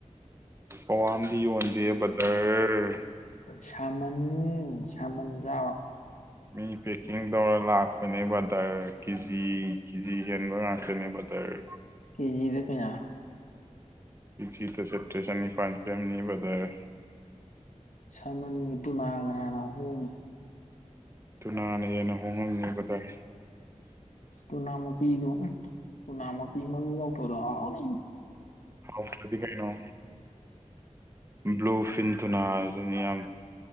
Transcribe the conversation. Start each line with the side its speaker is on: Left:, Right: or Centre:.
Right: ꯄꯧꯋꯥ ꯑꯃꯗꯤ ꯌꯣꯟꯗꯦ ꯕꯗꯔ
Left: ꯁꯥꯃꯟ ꯁꯥꯃꯟ ꯆꯥꯕ
Right: ꯃꯤ ꯄꯦꯛꯀꯤꯡ ꯇꯧꯔ ꯂꯥꯛꯄꯅꯦ ꯕꯗꯔ ꯀꯤꯖꯤ ꯀꯤꯖꯤ ꯍꯦꯟꯕ ꯉꯥꯛꯇꯅꯦ ꯕꯗꯔ
Left: ꯀꯦꯖꯤꯗ ꯀꯌꯥ
Right: ꯀꯦꯖꯤꯗ ꯆꯠꯇ꯭ꯔꯦꯠ ꯆꯥꯅꯤꯄꯥꯥꯟ ꯄꯤꯔꯝꯅꯤ ꯕꯗꯔ
Left: ꯁꯥꯜꯃꯟꯒ ꯇꯨꯅꯥꯒ ꯀꯅꯥꯅ ꯍꯣꯡꯉꯤ
Right: ꯇꯨꯅꯥꯅ ꯍꯦꯟꯅ ꯍꯣꯡꯉꯝꯅꯤ ꯕꯗꯔ
Left: ꯑꯁ ꯇꯨꯅꯥ ꯃꯄꯤꯗꯨ ꯎꯝ ꯇꯨꯅꯥ ꯃꯄꯤ ꯃꯔꯨ ꯌꯥꯎꯗꯕꯗꯣ ꯍꯥꯎꯅꯤ
Right: ꯍꯥꯎꯇꯔꯥꯗꯤ ꯀꯩꯅꯣ ꯕ꯭ꯂꯨ ꯐꯤꯟ ꯇꯨꯅ ꯑꯗꯨꯅꯤ ꯌꯥꯝ